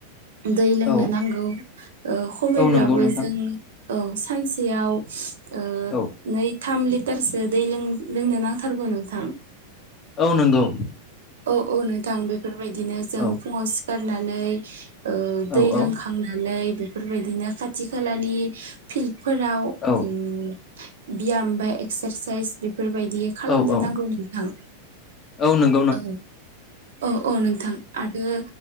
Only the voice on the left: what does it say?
औ
औ नंगौ नोंथां
औ
औ नंगौ।
औ
औ
औ
औ
औ औ
औ नों